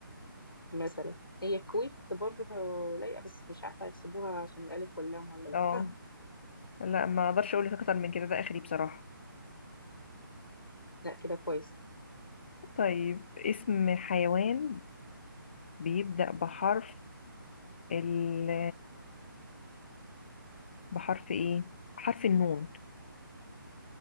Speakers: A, on the left; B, on the left.
A: مثلا هي الكويت برضه لايقة بس مش عارفة هيحسبوها عشان الألف واللام ولا لأ
B: اه لا ما اقدرش اقول لك اكتر من كده ده اخري بصراحة
A: <laughs> لا كده كويس
B: طيب اسم حيوان بيبدأ بحرف ال بحرف ايه حرف النون